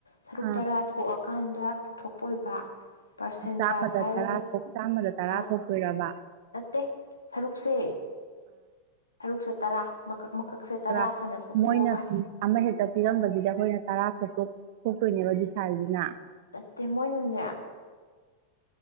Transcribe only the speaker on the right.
ꯑꯥ
ꯆꯥꯝꯃꯗ
ꯇꯔꯥ ꯆꯥꯝꯃꯗ ꯇꯔꯥ
ꯊꯣꯛꯇꯣꯏꯔꯕ
ꯇꯔꯥ
ꯃꯣꯏꯅ ꯑꯃꯍꯦꯛꯇ ꯄꯤꯔꯝꯕꯁꯤꯗ ꯑꯩꯈꯣꯏꯅ ꯇꯔꯥ ꯊꯣꯛꯇꯣ ꯇꯣꯛ ꯈꯣꯏꯅꯦꯕ ꯗꯤꯁꯥꯜꯁꯤꯅ